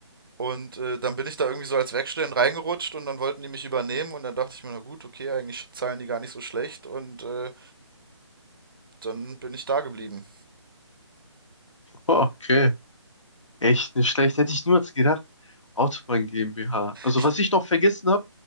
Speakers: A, on the right; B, on the left.
A: Und äh, dann bin ich da irgendwie so als Werkstudent reingerutscht und dann wollten die mich übernehmen und dann dachte ich mir, na gut, okay, eigentlich zahlen die gar nicht so schlecht und äh, dann bin ich da geblieben.
B: Oh, okay. Echt nicht schlecht. Hätte ich niemals gedacht. Autobahn GmbH. Also
A: Ich,
B: was ich noch vergessen habe,